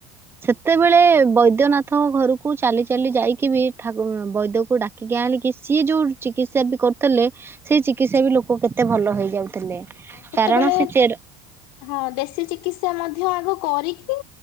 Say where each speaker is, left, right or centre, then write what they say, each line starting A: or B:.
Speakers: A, on the right; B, on the left.
A: ସେତେବେଳେ ବୈଦ୍ୟନାଥଙ୍କ ଘରକୁ ଚାଲି ଚାଲି ଯାଇକି ବି ଠାକୁ ବୈଦ୍ୟକୁ ଡାକିକି ଆଜ୍ଞା ଆଣିକି ସିଏ ଯଉଁ ଚିକିତ୍ସା ବି କରୁଥିଲେ। ସେଇ ଚିକିତ୍ସା ବି ଲୋକ କେତେ ଭଲ ହେଇଯାଉଥିଲେ।
B: ସେତେବେଳେ
A: କାରଣ ସେ ଚେର
B: ହଁ ଦେଶୀ ଚିକିତ୍ସା ମଧ୍ୟ ଆଗ କରିକି